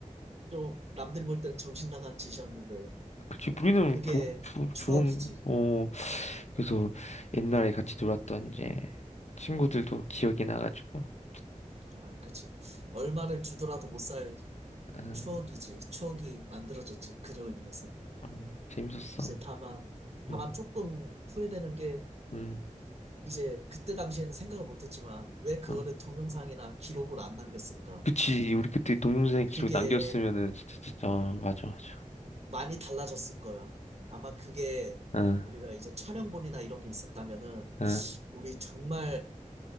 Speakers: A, on the right; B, on the left.
A: 좀 남들이 볼 때는 정신 나간 짓이었는데
B: 그치, 우리는
A: 그게
B: 좋은, 추-
A: 추억이지
B: 좋은, 어, 그래서 옛날에 같이 놀았던 이제 친구들도 기억이 나가지고, 아,
A: 음아 그치 얼마를 주더라도 못 살
B: 아,
A: 추억이지 추억이 만들어졌지 그로 인해서
B: 어, 재밌었어.
A: 이제 다만 다만
B: 음,
A: 조금 후회되는 게
B: 음.
A: 이제 그때 당시에는 생각을 못했지만 왜 그거를
B: 음.
A: 동영상이나 기록으로 안 남겼을까?
B: 그치, 우리 그때 동영상 기록
A: 그게
B: 남겼으면은 진짜 진짜 어, 맞아 맞아.
A: 많이 달라졌을 거야. 아마 그게
B: 응,
A: 우리가 이제 촬영본이나 이런 게 있었다면은
B: 응.
A: 우리 정말